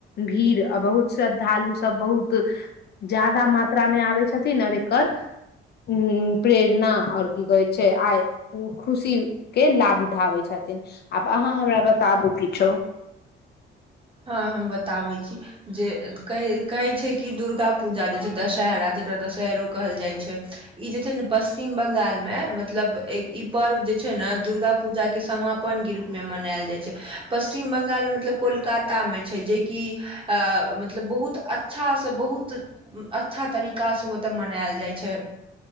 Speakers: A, on the left; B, on the right.
A: भीड़ आ बहुत श्रद्धालु सब बहुत बहुत जादा मात्रामे आबैत छथिन आर एकर ह्म प्रेरणा और की कहै छै आइ खुशी के लाभ उठाबै छथिन आब आहाँ हमरा बताबू किछो
B: हँ हम बताबै छी जे कह कहै छै कि दुर्गा पूजा जे छै दशहरा जेकरा दशहैरो कहल जाय छै इ जे छै ने पश्चिम बंगाल मे मतलब पर्व जे छै ने दुर्गा पूजा केँ समापन गिरु में मनायल जाइत छै पशिचम बंगाल मतलब कोलकाता मै छै जेकि अ मतलब बहुत अच्छाँ बहुत बहुत अच्छा तरीकासँ ओतय मनायल जाइत छै